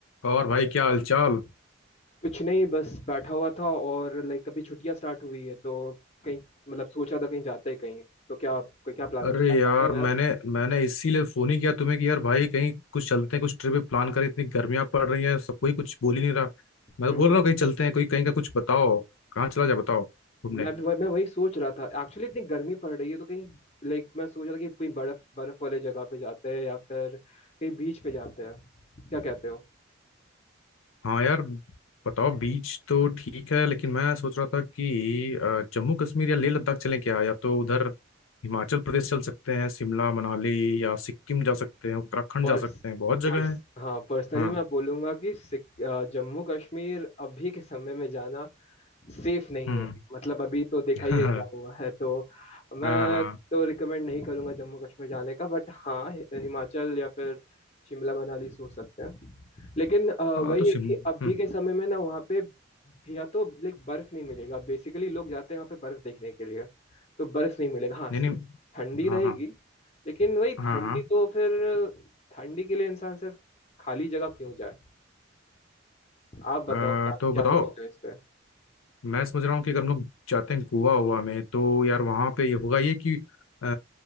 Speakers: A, on the left; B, on the left.
A: और भाई क्या हालचाल
B: कुछ नहीं बस बैठा हुआ था और लाइक अभी छुट्टियां स्टार्ट हुई है तो कहीं मतलब सोच रहा था कहीं जाते हैं कहीं तो क्या आप कोई क्या प्लान
A: अरे
B: कुछ प्लान
A: यार
B: बताओ
A: मैंने
B: यार
A: मैंने इसीलिए फोन ही किया तुम्हें कि यार भाई कहीं कुछ चलते हैं कुछ ट्रिप प्लान करें इतनी गर्मियां पड़ रही हैं सब कोई कुछ बोल ही नहीं रहा मैं
B: हम्म
A: तो बोल रहा हूँ कहीं चलते हैं कोई कहीं का कुछ बताओ कहाँ चला जाए बताओ तुमने
B: मैं भी वही मैं वही सोच रहा था एक्चुअली इतनी गर्मी पड़ रही है तो कहीं लाइक मैं सोच रहा था कि कोई बर्फ बर्फ वाले जगह पे जाते हैं या फिर कहीं बीच पे जाते हैं क्या कहते हो
A: हाँ यार बताओ बीच तो ठीक है लेकिन मैं सोच रहा था कि अ, जम्मू कश्मीर या लेह लद्दाख चलें क्या या तो उधर हिमाचल प्रदेश चल सकते हैं शिमला मनाली या सिक्किम जा सकते हैं उत्तराखंड
B: पर्स
A: जा सकते हैं बहुत जगह
B: पर्स
A: है
B: हाँ पर्सनली
A: हाँ
B: मैं बोलूंगा कि सिक- अ, जम्मू कश्मीर अभी के समय में जाना सेफ नहीं
A: हम्म
B: है मतलब अभी तो देखा
A: <laughs>
B: ही है
A: हाँ
B: क्या हुआ है तो मैं
A: हाँ हाँ
B: तो रिकमेंड नहीं करूंगा जम्मू कश्मीर जाने का बट हाँ हि- हिमाचल या फिर शिमला मनाली सोच सकते हैं लेकिन अ, वही
A: हाँ तो सिम
B: है कि अभी
A: हम्म,
B: के समय में ना वहाँ पे भी- या तो लाइक बर्फ नहीं मिलेगा बेसिकली लोग जाते हैं वहाँ पे बर्फ देखने के लिए तो बर्फ नहीं मिलेगा हाँ
A: नहीं
B: स-
A: नहीं
B: ठंडी
A: हाँ
B: रहेगी
A: हाँ
B: लेकिन वही
A: हाँ
B: ठंडी तो फिर ठंडी के लिए इंसान सिर्फ खाली जगह क्यों जाए आप बताओ
A: हाँ
B: क्या
A: अ, तो
B: क्या
A: बताओ
B: सोचते हो इस पे
A: मैं समझ रहा हूँ कि अगर हम लोग जाते हैं गोवा हुआ में तो यार वहाँ पे ये होगा ये कि आ,